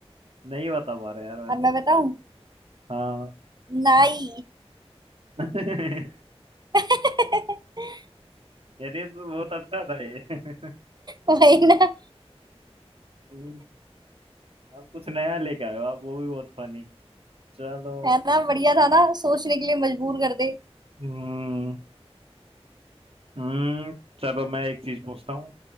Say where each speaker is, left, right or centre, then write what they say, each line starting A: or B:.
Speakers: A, on the right; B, on the right.
A: नहीं बता पा रहा यार मैं
B: अब
A: तो
B: मैं बताऊं
A: हाँ
B: नाई
A: <laughs>
B: <laughs>
A: यार ये तो बहुत अच्छा था ये
B: वही ना
A: हम्म, आप कुछ नया लेके आए हो आप वो भी बहुत फनी चलो
B: है ना बढ़िया था ना सोचने के लिए मजबूर कर दे
A: हम्म हम्म चलो मैं एक चीज पूछता हूँ